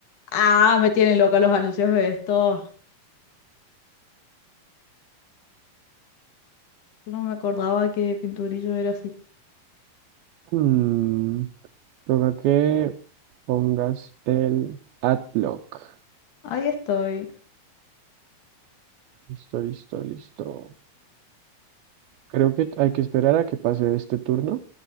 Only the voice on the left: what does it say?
Ah, me tienen loca los anuncios de esto. No me acordaba que pinturillo era así.
Ahí estoy.